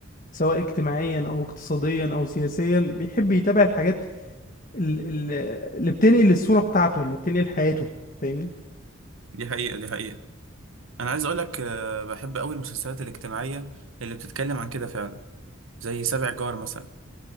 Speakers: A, on the left; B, on the right.
A: سواء اجتماعيا او اقتصاديا او سياسيا بيحب يتابع الحاجات ال- ال- اللي بتنقل الصورة بتاعته اللي بتنقل حياته فاهمني
B: دي حقيقه دي حقيقه انا عايز اقولك آه، بحب قوي المسلسلات الاجتماعيه اللي بتتكلم عن كده فعلا زي سابع جار مثلا